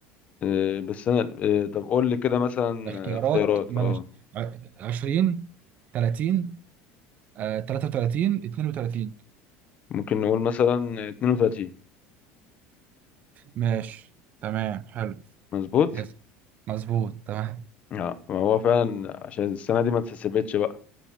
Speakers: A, on the left; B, on the right.
A: إيه بس انا إيه طب قول لي كده مثلا
B: اختيارات
A: اختيارات
B: ماشي
A: اه
B: ع- 20 30 آه، 33 32
A: ممكن نقول مثلا 32
B: ماشي تمام حلو
A: مظبوط
B: اسف. مظبوط تمام
A: اه ما هو فعلا عشان السنة دي ما اتسبتش بقى